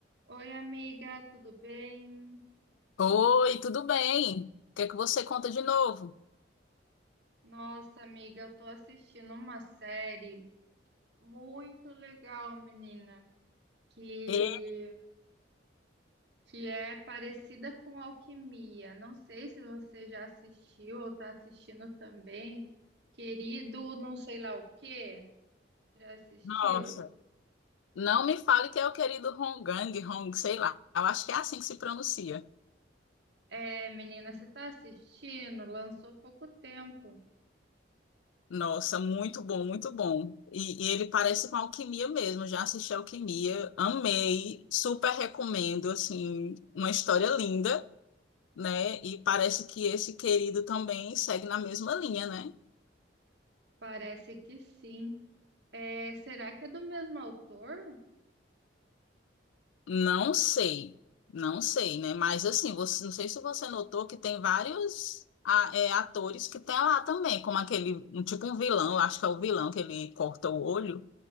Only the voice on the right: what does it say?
Oi, amiga, tudo bem?
Nossa, amiga, eu tô assistindo uma série muito legal, menina, que
que é parecida com Alquimia. Não sei se você já assistiu ou tá assistindo também. Querido, não sei lá o quê. Já assistiu?
É, menina, você tá assistindo? Lançou pouco tempo.
Parece que sim. É, será que é do mesmo autor?